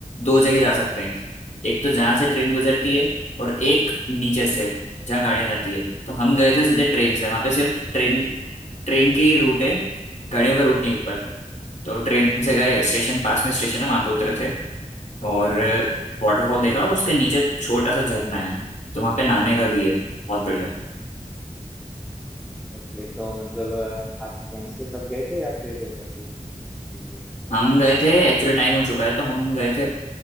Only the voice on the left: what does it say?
दो जगह जा सकते हैं एक तो जहाँ से ट्रेन गुजरती है और एक नीचे से जहाँ गाड़ियाँ जाती है तो हम गए थे सीधे ट्रेन से वहां पे सिर्फ ट्रेन ट्रेन की रूट है गाड़ियों का रूट नहीं ऊपर तो ट्रेन से गए स्टेशन पास में स्टेशन है वहां पे उतरे थे और वाटरफॉल देखा और उसके नीचे छोटा सा झरना है तो वहां पे नहाने का भी है बहुत बढ़िया
हम गए थे एक्चुअली टाइम हो चुका है तो हम गए थे